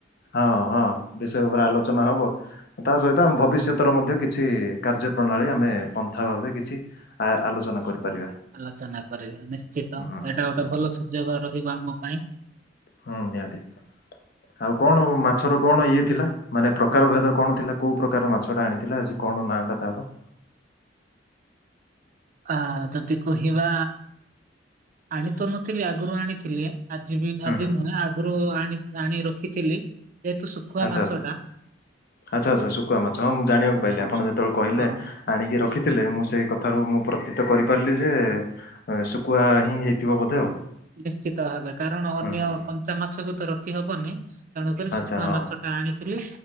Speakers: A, on the left; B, on the right.
A: ହଁ-ହଁ। ବିଷୟ ଉପରେ ଆଲୋଚନା ହବ। ତା ସହିତ ଆମ ଭବିଷ୍ୟତର ମଧ୍ୟ କିଛି କାର୍ଯ୍ୟ ପ୍ରଣାଳୀ ଆମେ ପନ୍ଥା ଭାବେ କିଛି ଆ-ଆଲୋଚନା କରିପାରିବା।
B: ଆଲୋଚନା କରିବା ନିଶ୍ଚିତ।
A: ହୁଁ
B: ଏଇଟା ଗୋଟେ
A: ହୁଁ
B: ଭଲ ସୁଯୋଗ ରହିବ ଆମ ପାଇଁ।
A: ହଁ ନିହାତି। ଆଉ କଣ ମାଛର କଣ ଇଏ ଥିଲା ମାନେ ପ୍ରକାର ଭେଦ କଣ ଥିଲା? କୋଉ ପ୍ରକାର ମାଛ ଟା ଆଣିଥିଲା ଆଜି କଣ ନାଁ ଟା ତାର?
B: ଆ ଯଦି କହିବା, ଆଣି ତ ନଥିଲି ଆଗରୁ ଆଣିଥିଲି। ଆଜି ବି
A: ହୁଁ
B: ଆଜି
A: ହୁଁ
B: ନୁହେଁ ଆଗରୁ ଆଣି-ଆଣି ରଖିଥିଲି। ଯେହେତୁ ଶୁଖୁଆ
A: ଆଚ୍ଛା-ଆଚ୍ଛା-ଆଚ୍ଛା-ଆଚ୍ଛା,
B: ମାଛ ଟା
A: ଶୁଖୁଆ ମାଛ। ହଁ ମୁଁ ଜାଣିବାକୁ ପାଇଲି
B: ହଁ
A: ଆପଣ ଯେତେବେଳେ କହିଲେ
B: ହଁ
A: ଆଣିକି ରଖିଥିଲେ ମୁଁ ସେଇ କଥାରୁ ମୁଁ ପ୍ରତୀତ କରିପାରିଲି ଯେ ଶୁଖୁଆ ହିଁ ହେଇଥିବ ବୋଧେ ଆଉ।
B: ନିଶ୍ଚିତ ଭାବେ। କାରଣ ଅନ୍ୟ
A: ହୁଁ ହୁଁ
B: କଞ୍ଚା ମାଛକୁ ତ ରଖି ହବନି। ତେଣୁକରି
A: ଆଚ୍ଛା
B: ଶୁଖୁଆ
A: ହଁ
B: ମାଛ ଆଣିଥିଲି